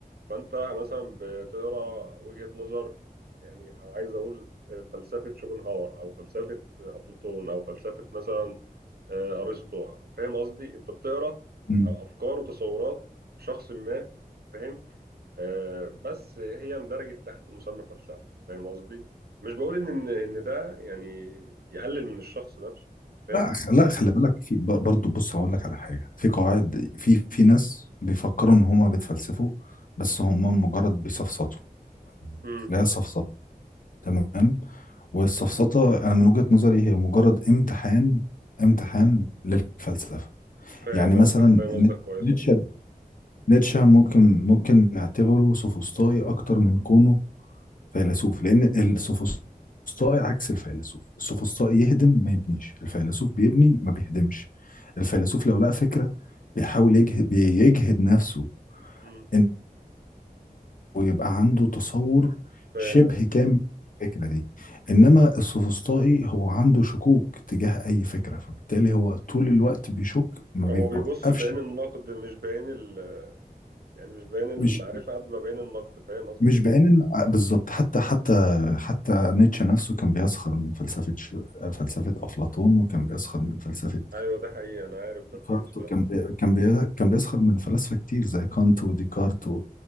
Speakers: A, on the right; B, on the left.
A: فانت مثلا بتقرا وجهة نظر يعني او عايز اقول آه، فلسفة شوبنهاور او فلسفة افلاطون او فلسفة مثلا آه، ارسطو فاهم قصدي انت بتقرا
B: مم.
A: آه، افكار وتصورات شخص ما فاهم آه، بس هي اندرجت تحت مسمى فلسفة فاهم قصدي مش بقول ان ان إن ده يعني يقلل من الشخص نفسه فاهم
B: لا خ- لا خلي بالك في ب- برضو بص هقول لك على حاجة في قواعد في في ناس بيفكروا ان هما بيتفلسفوا بس هما مجرد بيسفسطوا
A: امم
B: لا سفسطة تمام والسفسطة انا من وجهة نظري هي مجرد امتحان امتحان للفلسفة
A: فاهم
B: يعني مثلا
A: قصدك فاهم
B: ن-
A: قصدك كويس
B: نيتشه
A: والله
B: نيتشه ممكن ممكن نعتبره سوفسطائي اكتر من كونه فيلسوف لان السوفسطائي عكس الفيلسوف السوفسطائي يهدم ما يبنيش الفيلسوف بيبني ما بيهدمش الفيلسوف لو لقى فكرة بيحاول يجهد, بيجهد نفسه
A: امم
B: انه يبقى عنده تصور
A: فاهم
B: شبه
A: قصدك
B: كامل الفكرة دي انما السوفسطائي هو عنده شكوك تجاه اي فكرة فبالتالي هو طول الوقت بيشك ما
A: هو
B: بيوقفش
A: بيبص بعين النقد مش بعين ال يعني مش بيان المعرفة
B: مش
A: قد ما بيان النقد فاهم قصدي؟
B: مش بعين إن- آه، بالظبط حتى حتى حتى نيتشه نفسه كان بيسخر من فلسفة ش... فلسفة أفلاطون وكان بيسخر من فلسفة
A: أيوه ده حقيقي أنا عارف ده
B: ديكارت
A: كويس فعلا
B: وكان بي... كان بي... كان بيسخر من فلاسفة كتير زي كانت وديكارت و...